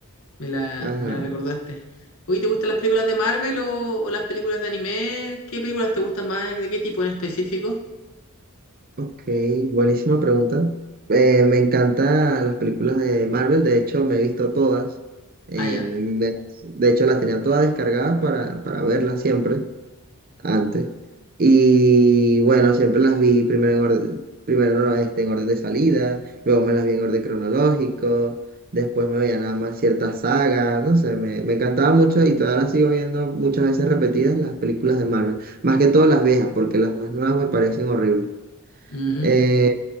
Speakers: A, on the left; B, on the right.
A: Me la,
B: ajá,
A: me la recordaste. Oye, ¿te gustan las películas de Marvel o, o las películas de anime? ¿Qué películas te gustan más? ¿De qué tipo en específico?
B: Ok, buenísima pregunta. Eh, me encantan las películas de Marvel, de hecho me he visto todas. en-
A: Ah, ya.
B: de, de hecho las tenía todas descargadas para, para verlas siempre antes. Y bueno, siempre las vi primero en orden, primero este, en orden de salida, luego me las vi en orden cronológico, después me veía nada más ciertas sagas, no sé, me, me encantaba mucho y todavía las sigo viendo muchas veces repetidas las películas de Marvel. Más que todo las viejas, porque las más nuevas me parecen horribles.
A: Ujú.
B: Eh,